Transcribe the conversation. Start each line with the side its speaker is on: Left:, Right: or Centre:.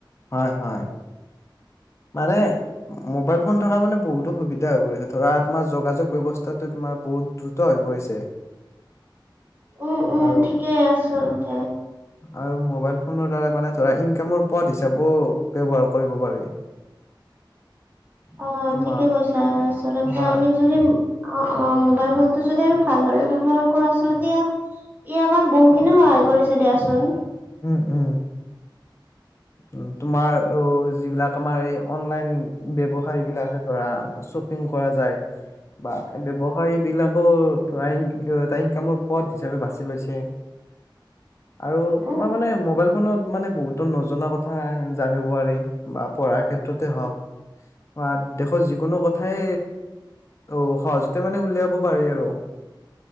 Left: হয় হয়। মানে মোবাইল ফোন থকা মানে বহুতো সুবিধা হয় পৰেহেত। ধৰা তোমাৰ যোগাযোগ ব্যৱস্থাটো তোমাৰ বহুত দ্ৰুত হৈ পৰিছে।
Right: উম উম
Left: আৰু
Right: ঠিকেই আচলতে।
Left: আৰু মোবাইল ফোনৰ দ্বাৰা মানে ধৰা ইংকামৰ পথ হিচাপও ব্যৱহাৰ কৰিব পাৰি।
Right: অ
Left: তোমাৰ
Right: ঠিকে কৈছা আচলতে
Left: তোমাৰ
Right: আমি যদি অ অ মোবাইল ফোনটো যদি আমি ভালদৰে ব্যৱহাৰ কৰো আচলতে এয়া ই আমাক বহুখিনি সহায় কৰিছে দিয়াচোন।
Left: উম উম। উম তোমাৰ অ যিবিলাক আমাৰ এই অনলাইন ব্যৱসায় বিলাকহে ধৰা শ্বপিং কৰা যায়। বা ব্যৱসায়ী বিলাকো ধৰাইং এটা ইনকামৰ পথ হিচাপে বাচি লৈছে। আৰু
Right: উম
Left: তোমাৰ মানে মোবাইল ফোনত মানে বহুতো নজনা কথা জানিব পাৰি। মি বা পঢ়াৰ ক্ষেত্ৰতে হওক বা দেশৰ যিকোনো কথাই অও সহজতে মানে উলিয়াব পাৰি আৰু।